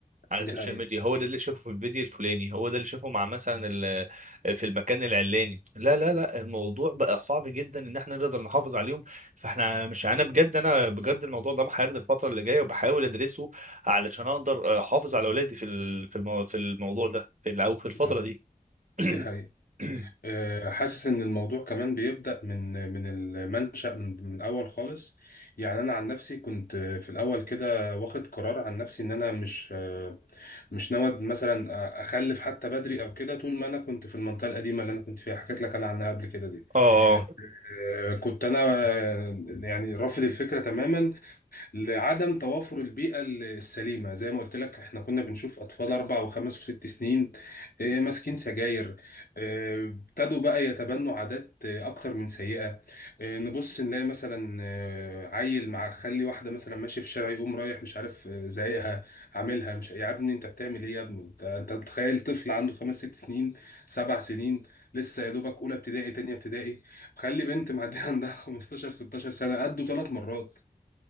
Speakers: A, on the right; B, on the left.
A: على
B: دي
A: السوشيال
B: حقيقة
A: ميديا هو ده اللي شافه في الفيديو الفلاني هو ده اللي شافه مع مثلا ال- في المكان العلاني لا لا لا الموضوع بقى صعب جدا ان احنا نقدر نحافظ عليهم فاحنا مش انا بجد انا بجد الموضوع ده محيرني الفتره اللي جايه وبحاول ادرسه علشان اقدر احافظ على اولادي في ال- في المو... في الموضوع ده في ال- او في الفتره
B: آه،
A: دي <coughs>
B: دي حقيقة آه، حاسس إن الموضوع كمان بيبدأ من من المنشأ من, من الأول خالص يعني أنا عن نفسي كنت آه، في الأول كده واخد قرار عن نفسي إن أنا مش مش ناوي مثلا أ- اخلف حتى بدري او كده طول ما انا كنت في المنطقه القديمه اللي انا كنت فيها حكيت لك انا عنها قبل كده دي
A: اه
B: آه، كنت انا آه، يعني رافض الفكره تماما لعدم توافر البيئة السليمة زي ما قلت لك احنا كنا بنشوف أطفال أربع وخمس وست سنين آه، ماسكين سجاير آه، ابتدوا بقى يتبنوا عادات آه، أكتر من سيئة آه، نبص نلاقي مثلا آه، عيل مع خلي واحدة مثلا ماشي في الشارع يقوم رايح مش عارف آه، زايقها عاملها مش يا ابني أنت بتعمل إيه يا ابني أنت أنت متخيل طفل عنده خمس ست سنين سبع سنين لسه يا دوبك أولى ابتدائي تانية ابتدائي خلي بنت معدية عندها 15 16 سنة قدوا ثلاث مرات